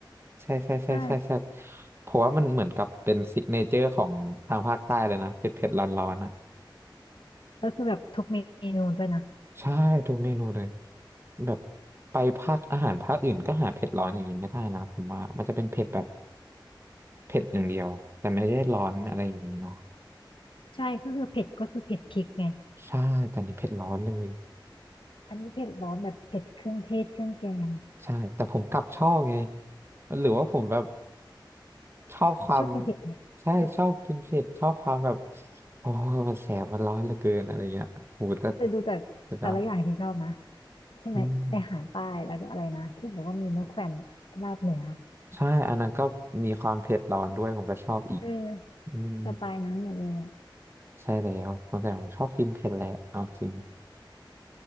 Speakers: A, on the right; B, on the left.
A: ใช่ใช่ใช่ใช่ใช่
B: ใช่
A: เพราะว่ามันเหมือนกับเป็นซิกเนเจอร์ของทางภาคใต้เลยนะเผ็ดเผ็ดร้อนร้อนอ่ะ
B: แล้วคือแบบทุกเมนูด้วยนะ
A: ใช่ทุกเมนูเลยแบบไปภาคอาหารภาคอื่นก็หาเผ็ดร้อนอย่างนี้ไม่ได้นะผมว่ามันจะเป็นเผ็ดแบบเผ็ดอย่างเดียวแต่ไม่ได้ร้อนอะไรอย่างนี้เนาะ
B: ใช่ก็คือเผ็ดก็คือเผ็ดพริกไง
A: ใช่แต่อันนี้เผ็ดร้อนเลย
B: อันนี้เผ็ดร้อนแบบเผ็ดเครื่องเทศเครื่องแกง
A: ใช่แต่ผมกลับชอบไงหรือว่าผมแบบชอบความ
B: ชอบกินเผ็ดไหมใช่ปะ
A: ใช่ชอบกินเผ็ดชอบความแบบโอ้มันแสบมันร้อนเหลือเกินอะไรเงี้ยโหแต่
B: แต่ดูจากแต่ละอย่างที่ชอบนะ
A: สุดยอด
B: ใช่ไหมไออาหารใต้แล้วก็อะไรนะที่บอกว่ามีมะแขวนอะลาบเหนือ
A: อืมใช่อันนั้นก็มีความเผ็ดร้อนด้วยผมก็ชอบอีก
B: เออ
A: อืม
B: สไตล์นั้นหมดเลยอะ
A: ใช่แล้วตั้งแต่ผมชอบกินเผ็ดแหละเอาจริง